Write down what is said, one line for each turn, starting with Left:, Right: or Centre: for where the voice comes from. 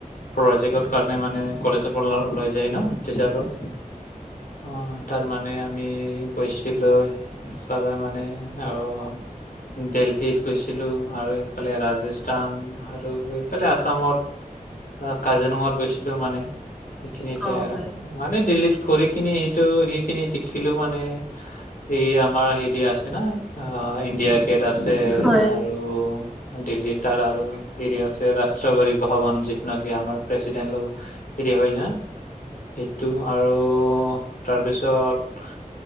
Left: প্ৰজেক্টৰ কাৰণে মানে কলেজৰ পৰা লৈ যায় ন টিচাৰৰ। অঁ তাৰমানে আমি গৈছিলো। ইফালে মানে অ দেলহীত গৈছিলো আৰু সিফালে ৰাজেচ- টান আৰু এইফালে আছামত কাজিৰঙাত গৈছিলো মানে। সেইখিনি এতিয়া
Centre: অ
Left: আৰু,
Centre: হয়
Left: মানে দিল্লীত ঘুৰি কিনি সেইটো সিখিনি দেখিলো মানে এই আমাৰ হেতি আছে ন অঁ ইণ্ডিয়া গেট আছে
Centre: হয়
Left: আৰু দিল্লীত তাৰ আৰু হেৰি আছে ৰাষ্ট্ৰপতি ভৱন যিটো নেকি আমাৰ প্ৰেচিডেন্ট হেৰি হয় না, সেইটো আৰু তাৰপিছত